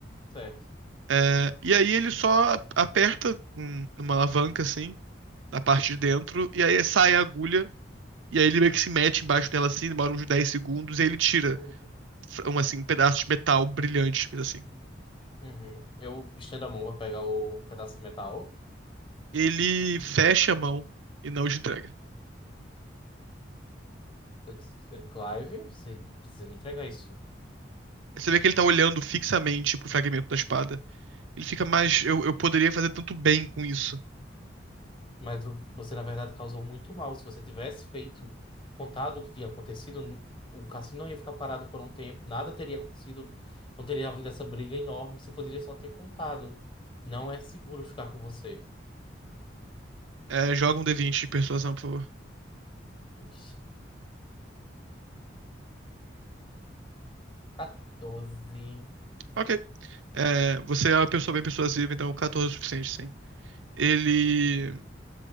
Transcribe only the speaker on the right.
É, e aí ele só aperta um- numa alavanca, assim, na parte de dentro, e aí sai a agulha, e aí ele meio que se mete embaixo dela, assim, demora uns 10 segundos, e aí ele tira
um, assim, um pedaço de metal brilhante, coisa assim.
Ele fecha a mão e não te entrega.
Você vê que ele tá olhando fixamente pro fragmento da espada. Ele fica mais. Eu, eu poderia fazer tanto bem com isso.
É, joga um D20 de persuasão, por favor.
Ok. É, você é uma pessoa bem persuasiva, então 14 é o suficiente, sim. Ele.